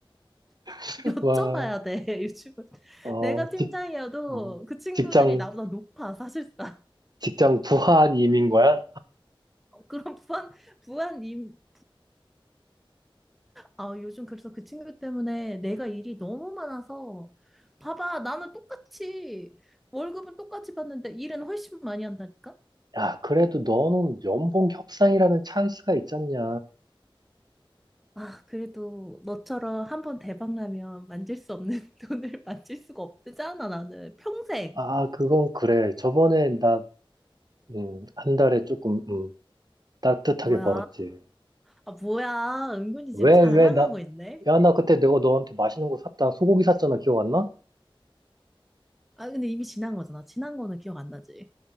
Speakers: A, in the centre; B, on the right (about 45°).
A: <laughs>
B: <laughs>
A: 여쭤봐야
B: 와,
A: 돼, 요즘은.
B: 어,
A: 내가 팀장이어도
B: 직, 어,
A: 그 친구들이
B: 직장,
A: 나보다 높아, 사실상.
B: 직장 부하님인 거야?
A: <laughs> 그런 부한, 부한, 임, 아, 요즘 그래서 그 친구 때문에 내가 일이 너무 많아서 봐봐, 나는 똑같이 월급은 똑같이 받는데 일은 훨씬 많이 한다니까?
B: 야, 그래도 너는 연봉 협상이라는 찬스가 있잖냐.
A: 아, 그래도 너처럼 한 번 대박 나면 만질 수 없는 <laughs> 돈을 만질 수가 없잖아, 나는. 평생.
B: 아, 그건 그래. 저번에 나, 음, 한 달에 조금, 음, 따뜻하게
A: 뭐야?
B: 벌었지.
A: 아, 뭐야? 은근히
B: 왜,
A: 지금 자랑하고
B: 왜, 나,
A: 있네.
B: 야, 나 그때 내가 너한테 맛있는 거 샀다. 소고기 샀잖아. 기억 안 나?
A: 아, 근데 이미 지난 거잖아. 지난 거는 기억 안 나지?